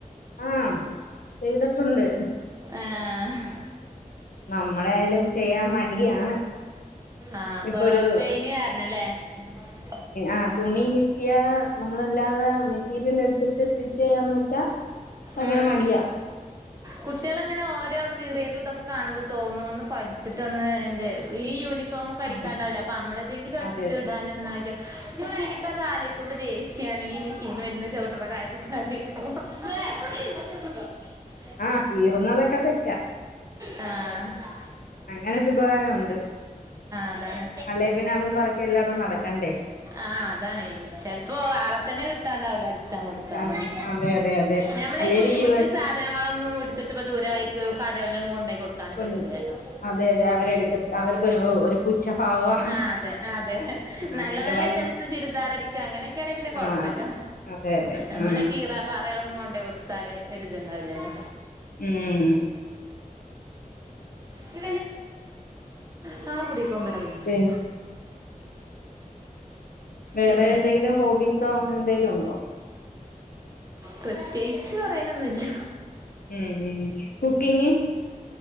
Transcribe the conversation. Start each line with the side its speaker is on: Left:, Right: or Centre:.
Left: ആഹ ചെയ്തുട്ടുണ്ട്
Right: ആഹ്
Left: നമ്മളെആയാലും ചെയ്യാൻ മടിയാണ്
Right: ആഹ് അപ്പൊ
Left: ഇപ്പൊരു
Right: പെയിന് <inaudible>
Left: ആ തുണി കിട്ട്യാ നമ്മളല്ലാതെ മെറ്റീരിയൽ എടുത്തിട്ട് സ്റ്റിച്ചെയ്യാന്ന് വെച്ചാ ഭയങ്കര
Right: ആ
Left: മടിയാ
Right: കുട്ടിയളങ്ങനെ ഓരോ കീറി തേതു ഇതൊക്കെ കാണുമ്പോ തോന്നും ഒന്ന്പഠിച്ച്ട്ടൊന്ന് എന്റെ ഈ ഒര് ഫോമൊക്കെ അടിക്കാണ്ടാവില്ലേ
Left: ആ
Right: അപ്പഅമ്മളെന്തെങ്കിലും അടിച്ച്ടാനെന്നാകെ
Left: അതെ അതെ
Right: പക്ഷെ എനിക്കത് ആലോയ്ക്കുമ്പോ ദേഷ്യാണ് ഈ മെഷീൻമിരുന്ന് ചൗട്ടണ കാര്യക്കെ <inaudible>
Left: ആഹ കീറുന്നതൊക്കെ തെക്കാ
Right: ഹാ ഹാ
Left: അങ്ങനൊരു ഉപകാരം ഉണ്ട്
Right: അതാണ്
Left: അല്ലെ പിന്നെ അതും പറക്കി എല്ലായിടവും നടക്കണ്ടേ
Right: ആഹ അതാണെയ് ചെലപ്പോ ആളത്തനെ കിട്ടാണ്ടാവൂല അടി ചാൻ കൊടുക്കാനൊന്നും
Left: കിട്ടാൻ അതെ അതെ അതെ
Right: നമ്മളീ
Left: അല്ലേലും
Right: കുഞ്ഞു
Left: ഈ
Right: കുഞ് സാധനങ്ങ ങ്ങളൊന്നും എടുത്തിട്ട് ഇ ദൂര വൈക്ക് കടേലൊന്നും കൊണ്ടയ് കൊട്ക്കാനും
Left: കൊ
Right: പറ്റില്ലല്ലോ
Left: അതെ അതെ അവരെടുക്ക അവർക്കൊരു ഒരു പുച്ഛഭാവാ
Right: ആഹ് തെ അതെ
Left: ആ
Right: നല്ല
Left: ഇല്ല
Right: നല്ല
Left: വൽ
Right: ഐറ്റംസ് ചുരിദാറടിക്ക അങ്ങനെയൊക്കെയാണങ്ങെ പിന്നെ
Left: ആ
Right: കൊഴപ്പല്ല
Left: അതെ അതെ
Right: നമ്മളെ
Left: ആ
Right: കീറ പാറകളൊന്നും കൊണ്ടോ യ് കൊടുത്താല് ഒരിതുണ്ടാവില്ലല്ലോ
Left: ഉം
Right: ഉ നാളെ കുടി <unintelligible>
Left: പിന്നെ വേറെ
Right: പിന്നെ
Left: എന്തെങ്കിലും ഹോബീസോ അങ്ങന എന്തെങ്കിലും ഉണ്ടോ
Right: പ്രത്യേകിച്ച് പറയാനൊന്നുല്ല
Left: ഉം ഉ കുക്കിങ്